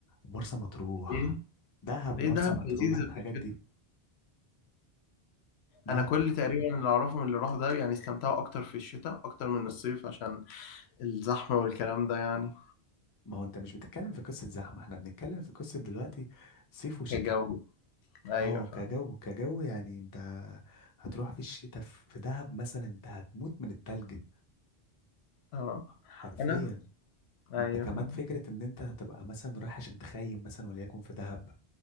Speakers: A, on the left; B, on the left.
A: مرسى مطروح
B: ليه؟
A: دهب
B: ليه
A: مرسى
B: دهب
A: مطروح
B: لذيذة
A: الحاجات
B: في الشتاء
A: دي دهب
B: أنا كل تقريبا اللي أعرفه من اللي راحوا ده يعني استمتعوا أكتر في الشتاء أكتر من الصيف عشان الزحمة والكلام ده يعني
A: ما هو انت مش بتتكلم في قصه زحمه احنا بنتكلم في قصه دلوقتي صيف وشتاء
B: كجو أيوة
A: اه كجو كجو يعني انت هتروح في الشتاء في دهب مثلا انت هتموت من التلج
B: اه
A: حرفيا
B: انا ايوه
A: انت كمان
B: فاهم
A: فكرة ان انت هتبقى مثلا رايح عشان تخيم مثلا وليكن في دهب